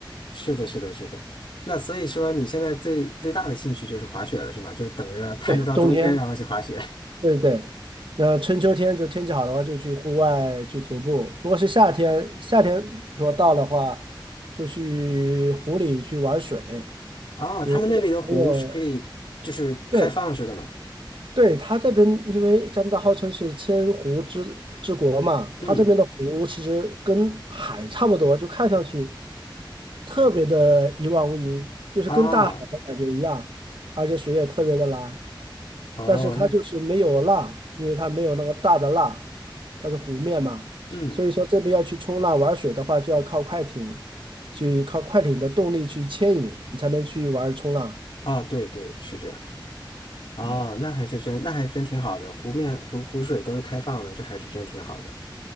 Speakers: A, on the left; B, on the right.
A: 是的，是的，是的。那所以说，你现在最最大的兴趣就是滑雪了，是吗？就是等着盼着到冬天，
B: 对，冬天。
A: 然后去滑雪。
B: 对对对，那春秋天就天气好的话，就去户外去徒步；如果是夏天，夏天如果到的话，就去湖里去玩水，
A: <laughs> 啊，
B: 因为这个没有。
A: 他们那里的湖是可以，就是开放式的嘛。
B: 对对，它这边因为加拿大号称是千湖之之国嘛，它这边的湖其实跟海差不多，
A: 嗯，
B: 就看上去特别的一望无垠，就是跟大海的感觉一样，
A: 啊，
B: 而且水也特别的蓝。
A: 哦，
B: 但是它就是没有浪，
A: 那，
B: 因为它没有那个大的浪，它是湖面嘛，
A: 嗯，
B: 所以说这边要去冲浪玩水的话，就要靠快艇，去靠快艇的动力去牵引，你才能去玩冲浪。
A: 啊，对对，是这样。哦，
B: 嗯，
A: 那还是真，那还真挺好的，湖面湖湖水都是开放的，这还是真挺好的。